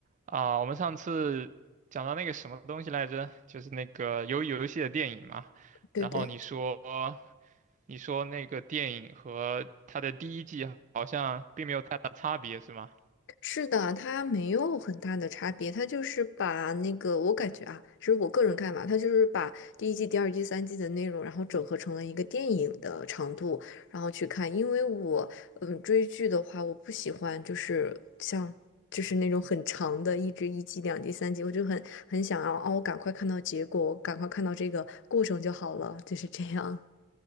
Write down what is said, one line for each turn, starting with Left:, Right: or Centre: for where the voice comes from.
Right: 啊，我们上次讲到那个什么东西来着？就是那个鱿鱼游戏的电影嘛。
Left: 对对，
Right: 然后你说，你说那个电影和它的第一季好像并没有太大差别，是吗？
Left: 是的，它没有很大的差别，它就是把那个，我感觉啊，是我个人看法，它就是把第一季、第二季、三季的内容，然后整合成了一个电影的长度，然后去看。因为我，嗯，追剧的话，我不喜欢就是像就是那种很长的，一直一季、两季、三集，我就很很想要哦，我赶快看到结果，我赶快看到这个过程就好了，就是这样。